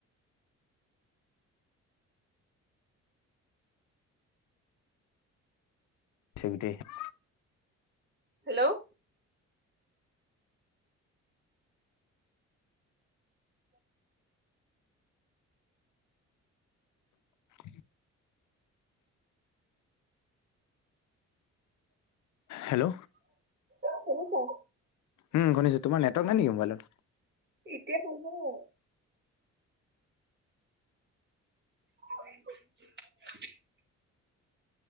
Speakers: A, on the left; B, on the right.
A: <unintelligible>
B: হেল্ল'?
A: <unintelligible> হেল্ল'?
B: শুনিছা?
A: উম, শুনিছো, তোমাৰ নেটৱৰ্ক নাই নেকি মোবাইলত?
B: এতিয়া শুনিছে নে নাই? <unintelligible>